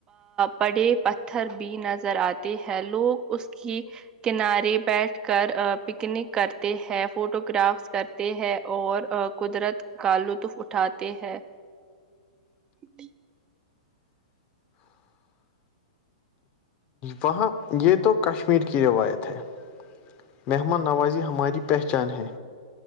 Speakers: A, on the right (about 25°); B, on the left (about 35°).
A: پڑے پتھر بھی نظر آتے ہیں لوگ اس کی کنارے بیٹھ کر پکنک کرتے ہیں فوٹو گرافس کرتے ہیں اور قدرت کال لطف اٹھاتے ہے ج
B: وہاں یہ تو کشمیر کی روایت ہے مہمان نوازی ہماری پہچان ہے